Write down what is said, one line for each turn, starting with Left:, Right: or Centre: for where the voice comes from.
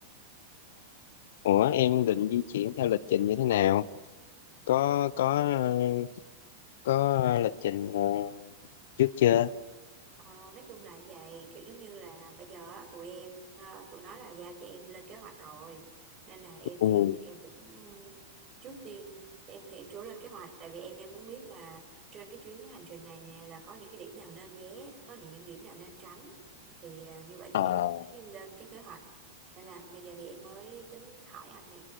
Left: Ủa em định di chuyển theo lịch trình như thế nào có có ờ, có lịch trình ờ, trước chưa
Right: Ờ, nói chung là vậy kiểu giống như là bây giờ á, tụi em ờ, tụi nó là giao cho em lên kế hoạch rồi nên là em
Left: ừ
Right: thì em cũng trước tiên em thì em chưa lên kế hoạch tại vì em đang muốn biết là trên cái chuyến hành trình này nè là có những cái điểm nào nên ghé có những những điểm nào nên tránh thì ờ, như vậy thì
Left: à
Right: em mới lên cái kế hoạch nên là bây giờ thì em mới tính hỏi anh nè